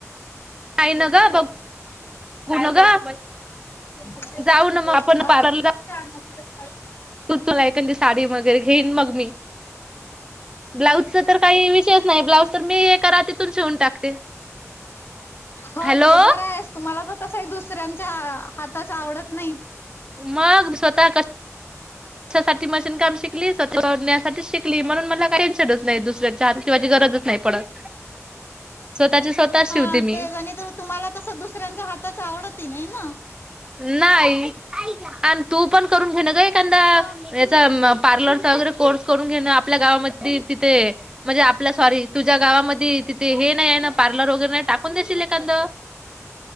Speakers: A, on the right; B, on the left.
A: नाही न ग बघू न ग
B: म <inaudible> गष्ट
A: जाऊ ना मग आपण पार्लरला तू तुलायकण ती साडी वगैरे घेईन मग मी ब्लाऊजचा तर काही विषयच नाही ब्लाऊज तर मी एका रातीतून शिवून टाकते
B: हो
A: हॅलो
B: ते जरा आहेस तुम्हाला तर तस एक दुसऱ्यांच्या हाताच आवडत नाही
A: मग ब स्वतः क त्याशाठी मशीन काम शिकली सवण्यासाठी शिकली म्हणून मला काही टेन्शनच नाही दुसऱ्यांच्यािवा गरज नाही पडत
B: <inaudible>
A: स्वतःची स्वतः शिवते
B: हा
A: मी.
B: ते गणित तुम्हाला तस दुसऱ्यांच्या हाताच आवडत नाही ना
A: नाही आणि तू पण करून घेण ग एखदाा
B: हा.
A: याचा पार्लरचा वगैरे कोर्स करून घेण आपल्या गावामध्ये तिथे म्हणजे आपल्या सॉरी तुझ्या गावामध्ये तिथे हे नाही आहे ना पार्लर वगैरे नाही टाकून देशील एखंद